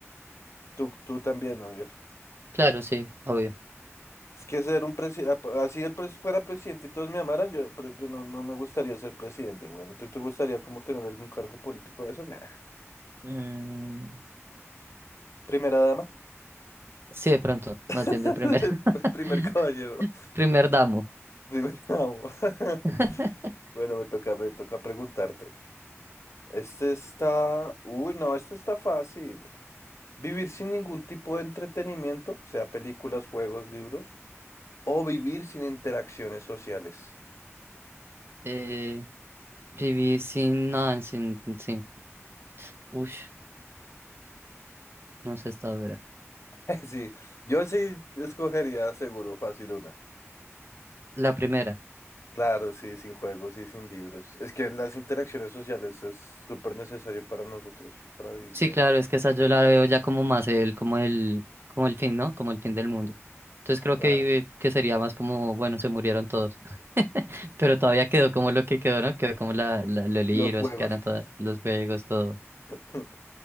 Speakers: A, on the left (about 70°); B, on the right (about 50°).
A: Tú, tú también, obvio.
B: Claro, sí, obvio.
A: Es que ser un presidente, así el pres- fuera presidente y todos me amaran, yo, pre- yo no, no me gustaría ser presidente, weón. ¿Tú te gustaría como tener algún cargo político de esos? Nah.
B: Mm,
A: Primera dama.
B: sí, de pronto,
A: <laughs>
B: más bien de primera. <laughs>
A: Primer caballero.
B: Primer damo.
A: Primer damo. <laughs>
B: <laughs>
A: Bueno, me toca, me toca preguntarte. Este está. Uy, no, este está fácil. Vivir sin ningún tipo de entretenimiento, sea películas, juegos, libros, o vivir sin interacciones sociales.
B: Eh, viví sin, no, sin, sin, uff, no sé esta dura.
A: <laughs> Sí, yo sí escogería seguro fácil una.
B: La primera.
A: Claro, sí, sin juegos y sin libros. Es que las interacciones sociales es súper necesario para nosotros, para vivir
B: Sí,
A: bien.
B: claro, es que esa yo la veo ya como más el, como el, como el fin, ¿no? Como el fin del mundo. Entonces creo
A: Claro.
B: que, que sería más como, bueno, se murieron todos. <laughs> Pero todavía quedó como lo que quedó, ¿no? Quedó como la, la, los libros,
A: Los juegos.
B: quedaron todos los juegos, todo.
A: <laughs>